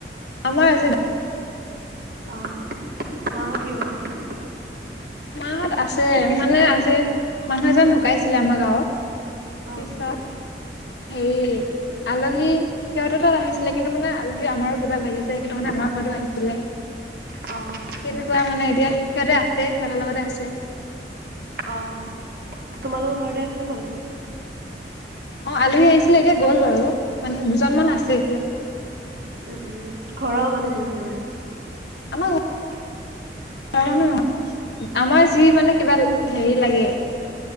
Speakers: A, on the left; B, on the right.
A: আমাৰ আজি
B: অ', মাহত কি কৰিছে?
A: মাহত আছে, মানে আজি মানুহ এজন ঢুকাইছিলে আমাৰ গাঁৱত,
B: অ
A: পিছত হেৰি। আলহী সিহঁতৰ তাত আহিছিলে, কিন্তু মানে আলহী আমাৰো কিবা লাগে যে, সেইতো কাৰণে আমাৰ ঘৰতো আহিছিলে। <inaudible>
B: অ'।
A: তেনেকুৱাই মানে এতিয়া, সিহঁতে আছে সিহঁতৰ লগতেই আছে।
B: অ', তোমালোকৰ ঘৰতে আছে নে ক'ত আছে?
A: অ', আলহী আহিছিলে, এতিয়া গ'ল বাৰু, মানে দুজন মান
B: অ
A: আছে এতিয়া।
B: উম, উম, ঘৰৰ মানুহ মৰিছে মানে।
A: আমাৰ ও ঘৰৰ মানুহ নহয়, আমাৰ যি মানে কিবা হেৰি লাগে।